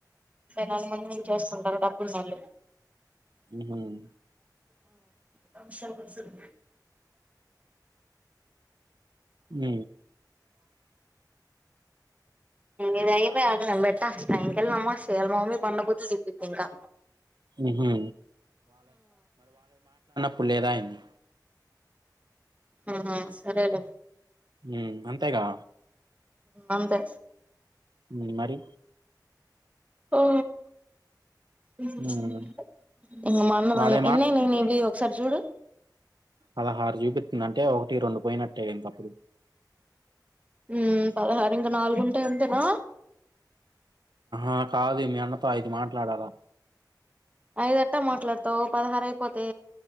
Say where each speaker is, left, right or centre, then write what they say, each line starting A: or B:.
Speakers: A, on the right; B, on the right.
A: నాల మ ఎం చేస్తా డబ్బులు నల్
B: హమ్
A: ఆ షాప సయి
B: ఉ
A: ఇదాయి నంబట సాయికల్ మామ్ ల్ మమ్మీ బన్న బుతులు తిట్టుది ఇంకా
B: ఉహు. పులేదయింది
A: ఆహా సరే లే
B: మ్ అంతేగా
A: అంతె
B: మ్ మరి
A: ఓ ఇ
B: హ్మ్.
A: మాన్నదాళ
B: వాడే
A: ఎన్న ననుది ఒకసారి చూడు
B: అలా హార్జూపి ద అంటే ఒకటి రెండు పోయినట్టే కనుక అప్పుడు
A: మ్మ్ పదహారు ఇంకా నాలుగుంటేయి అంతేనా
B: ఆ కాదు మీ అన్నతో అయిదు మాట్లాడాలా
A: ఐదేట్ట మాట్లాడతావు పదహారు అయిపోతే